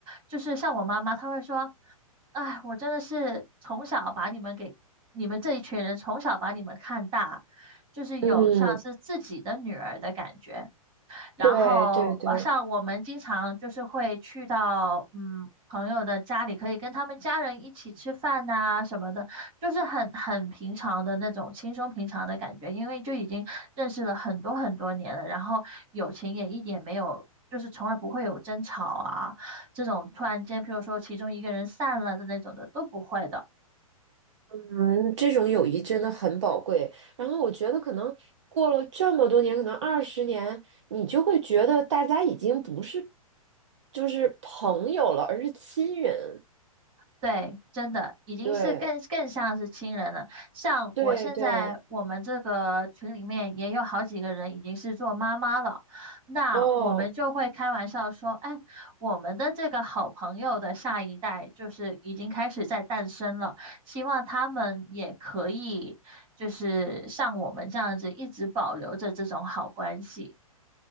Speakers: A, on the right; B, on the right.
A: 就是像我妈妈，她会说，哎，我真的是从小把你们给你们这一群人从小把你们看大，就是有像是自己的女儿的感觉。
B: 嗯，
A: 然后晚上我们经常就是会去到嗯朋友的家里，
B: 对对对。
A: 可以跟他们家人一起吃饭呐、什么的，就是很很平常的那种轻松平常的感觉，因为就已经认识了很多很多年了，然后友情也一点没有。就是从来不会有争吵啊，这种突然间，譬如说其中一个人散了的那种的都不会的。
B: 嗯，这种友谊真的很宝贵。然后我觉得，可能过了这么多年，可能二十年，你就会觉得大家已经不是就是朋友了，而是亲人。
A: 对，真的已经是更更像是亲人了。
B: 对，
A: 像我现在我们这个群里面也有好几个人已经是做妈妈了，
B: 对，对。
A: 那我们就会开玩笑说，
B: 哦，
A: 哎，我们的这个好朋友的下一代就是已经开始在诞生了，希望他们也可以就是像我们这样子一直保留着这种好关系。